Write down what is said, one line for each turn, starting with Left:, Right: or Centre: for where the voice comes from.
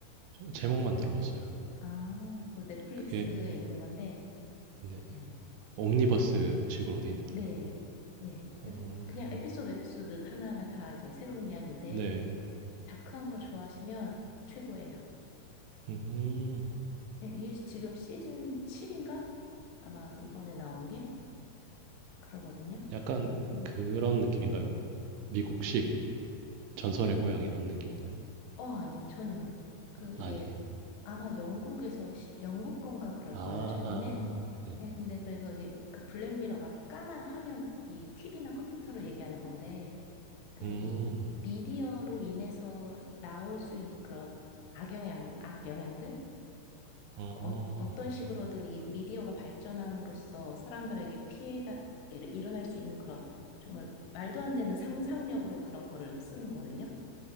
Right: 저 제목만 들어봤어요.
Left: 아, 그 넷플릭스에
Right: 그게
Left: 있는 건데,
Right: 네,
Left: 네.
Right: 옴니버스식으로 돼 있는 거죠.
Left: 네. 네. 그래서
Right: 어,
Left: 그냥 에피소드 에피소드 하나하나 다 이제 새로운 이야기인데,
Right: 네,
Left: 다크한 거 좋아하시면 최고예요.
Right: 음,
Left: 이게 지금 시즌 7인가? 아마 이번에 나온 게 그러거든요.
Right: 약간
Left: 네.
Right: 그런 느낌인가요? 미국식
Left: 예.
Right: 전설의 고향 이런 느낌인가요?
Left: 어, 아니요, 전혀요. 그,
Right: 아니,
Left: 이게 아마 영국에서, 시- 영국 건가 그럴
Right: 아,
Left: 거예요, 처음엔.
Right: 아, 네,
Left: 예, 근데 그래서 이게 그 블랙미러가 까만 화면, 이 TV나 컴퓨터를 얘기하는 건데, 그래서
Right: 음,
Left: 이 미디어로 인해서 나올 수 있는 그런 악영향, 악영향들?
Right: 어,
Left: 그 어, 어떤 식으로든 이 미디어가 발전함으로써 사람들에게 피해가 일- 일어날 수 있는 그런 정말 말도 안 되는 상상력으로 그런 거를 쓴 거거든요.